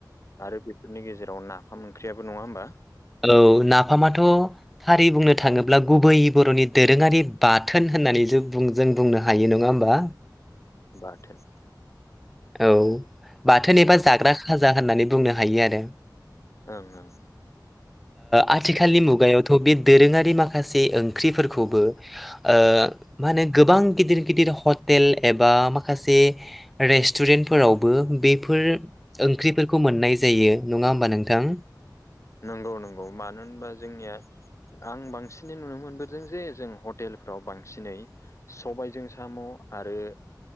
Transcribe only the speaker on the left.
आरो बेफोरनि गेजेराव नाफाम ओंख्रियाबो नङा होमबा
बाथोन
फिसा
ओं ओं
नंगौ नंगौ मानो होनबा जोंनिया आं बांसिनै नुनो मोनबोदों जे जों हटेलफ्राव बांसिनै सबायजों साम' आरो